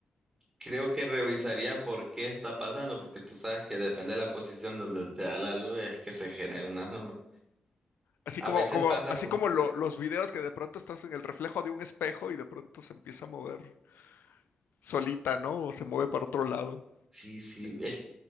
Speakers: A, on the right; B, on the left.
A: creo que revisaría por qué está pasando, porque tú sabes que depende de la posición donde te da la luz es que se genera una sombra.
B: Así
A: A
B: como,
A: veces
B: como,
A: pasa,
B: así
A: pues
B: como lo- los videos que de pronto estás en el reflejo de un espejo y de pronto se empieza a mover solita, ¿no? O se mueve para otro lado.
A: sí, sí, es-